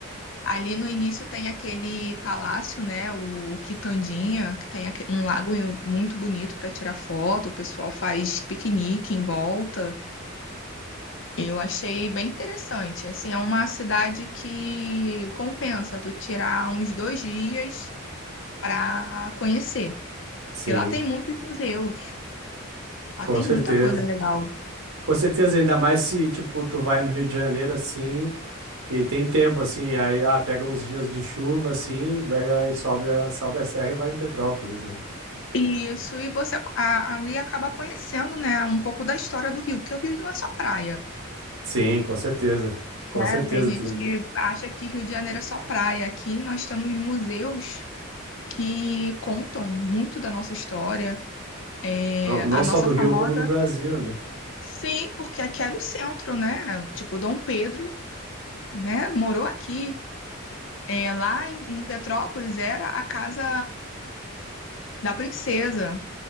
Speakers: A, on the left (about 60°); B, on the right (about 75°).
A: Ali no início tem aquele palácio, né, o Quitandinha, que tem aque- um lago muito bonito para tirar foto, o pessoal faz piquenique em volta. Eu achei bem interessante. Assim, é uma cidade que compensa tu tirar uns dois dias para conhecer,
B: Sim,
A: porque lá tem muitos museus, lá
B: com
A: tem
B: certeza.
A: muita coisa legal.
B: Com certeza, ainda mais se, tipo, tu vai no Rio de Janeiro assim e tem tempo, assim, aí, ah, pega uns dias de chuva, assim, pega e sobe, a- sobe a serra e vai em Petrópolis, né?
A: Isso, e você a- ali acaba conhecendo, né, um pouco da história do Rio, porque o Rio não é só praia,
B: Sim, com certeza. Com
A: né?
B: certeza.
A: Tem gente
B: Tu-
A: que acha que Rio de Janeiro é só praia. Aqui nós temos museus que contam muito da nossa história, é,
B: Não, não
A: a
B: só
A: nossa
B: do
A: famosa
B: Rio, como do Brasil, né?
A: Sim, porque aqui era o centro, né? Tipo, Dom Pedro, né? Morou aqui. É, lá em em Petrópolis era a casa da princesa,